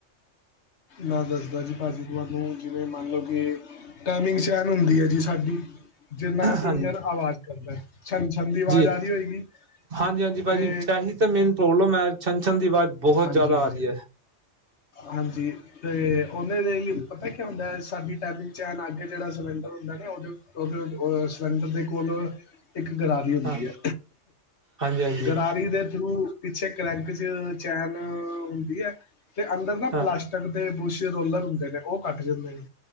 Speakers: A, on the left (about 65°); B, on the right (about 50°).
A: ਮੈਂ ਦੱਸਦਾ ਜੀ ਭਾਜੀ ਤੂਆਨੂੰ ਜਿਵੇਂ ਮਾੰਨ ਲੋ ਕਿ ਟਾਈਮਿੰਗ ਚੈਨ ਹੁੰਦੀ ਐ ਜੀ ਸਾਡੀ। ਜਿੰਨਾ
B: ਹਾਂਜੀ
A: ਇੰਜਨ ਆਵਾਜ ਕਰਦੈ, ਛਨ-ਛਨ ਦੀ
B: ਜੀ
A: ਵਾਜ ਆ ਰੀ ਹੋਏਗੀ।
B: ਹਾਂਜੀ ਹਾਂਜੀ ਭਾਜੀ
A: ਤੇ,
B: ਇਹੀ ਤਾਂ ਮੇਨ ਪ੍ਰੋਬਲਮ ਹੈ ਛਨ ਛਨ ਦੀ ਆਵਾਜ਼ ਬਹੁਤ
A: ਹਾਂਜੀ-ਹਾਂਜੀ।
B: ਜ਼ਿਆਦਾ ਆ ਰਹੀ ਹੈ
A: ਹਾਂਜੀ। ਤੇ ਉਂਦੇ ਤੇ ਈ ਪਤਾ ਕੀ ਹੁੰਦੈ, ਸਾਡੀ ਟਾਈਮਿੰਗ ਚੈਨ ਆਗੇ ਜੇੜਾ ਸਿਲੰਡਰ ਹੁੰਦੈ ਨਾ, ਉਦੇ ਊ ਓਦੇ, ਅ ਸਿਲੰਡਰ ਦੇ ਕੋਲ ਇੱਕ ਗਰਾਰੀ ਹੁੰਦੀ
B: ਹਾਂ
A: ਐ,
B: ਹਾਂਜੀ ਹਾਂਜੀ
A: ਗਰਾਰੀ ਦੇ ਥਰੂ ਪਿੱਛੇ ਕਰੈਂਕ ਚ ਚੈਨ ਹੁੰਦੀ ਐ, ਤੇ ਅੰਦਰ ਨਾ
B: ਹਾਂ
A: ਪਲਾਸਟ ਟਕ ਦੇ ਬੂਸ਼ੇ ਰੋਲਰ ਹੁੰਦੇ ਨੇ, ਓ ਕਾੱਟ ਜਾਂਦੇ ਨੇ।